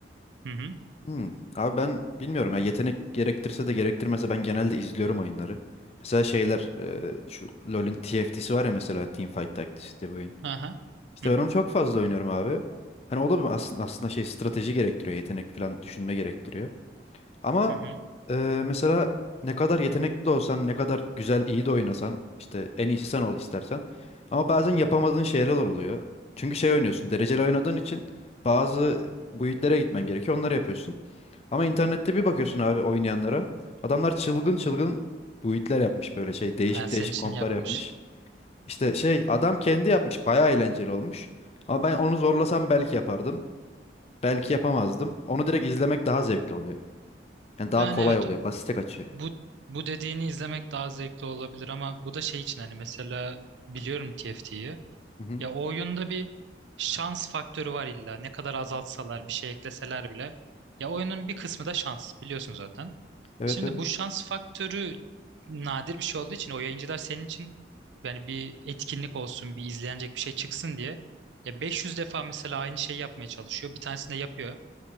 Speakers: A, on the right; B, on the left.
A: Hı hı.
B: Hmm. Abi ben bilmiyorum ya yetenek gerektirse de gerektirmese ben genelde izliyorum oyunları. Mesela şeyler e, şu LoL'ün TFT'si var ya mesela Teamfight Tactics diye bir oyun.
A: Aha.
B: İşte
A: Hı hı.
B: ben onu çok fazla oynuyorum abi. Hani o da bir aslında, aslında şey strateji gerektiriyor, yetenek falan düşünme gerektiriyor. Ama
A: Hı hı.
B: e, mesela ne kadar yetenekli de olsan, ne kadar güzel, iyi de oynasan, işte en iyisi sen ol istersen. Ama bazen yapamadığın şeyler oluyor. Çünkü şey oynuyorsun, dereceli oynadığın için bazı build'lere gitmen gerekiyor, onları yapıyorsun. Ama internette bir bakıyorsun abi oynayanlara. Adamlar çılgın çılgın build'ler yapmış böyle şey, değişik
A: Ha, senin
B: değişik
A: için
B: komplar
A: yapmış.
B: yapmış. İşte şey adam kendi yapmış. Bayağı eğlenceli olmuş. Ama ben onu zorlasam belki yapardım. Belki yapamazdım. Onu direkt izlemek daha zevkli oluyor. Yani daha
A: Yani
B: kolay
A: evet
B: oluyor.
A: o-
B: Basite kaçıyor.
A: bu bu dediğini izlemek daha zevkli olabilir ama bu da şey için hani mesela biliyorum TFT'yi.
B: Hı hı.
A: Ya o oyunda bir şans faktörü var illa. Ne kadar azaltsalar bir şey ekleseler bile. Ya oyunun bir kısmı da şans biliyorsun zaten.
B: Evet
A: Şimdi
B: evet.
A: bu şans faktörü nadir bir şey olduğu için o yayıncılar senin için yani bir etkinlik olsun, bir izlenecek bir şey çıksın diye ya 500 defa mesela aynı şeyi yapmaya çalışıyor. Bir tanesini de yapıyor.